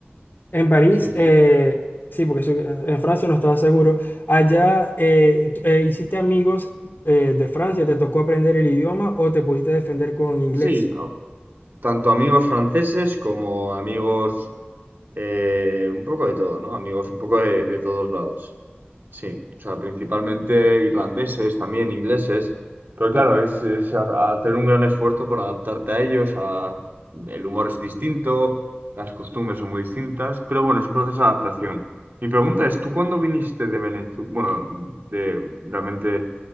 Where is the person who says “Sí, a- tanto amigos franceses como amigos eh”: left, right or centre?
Right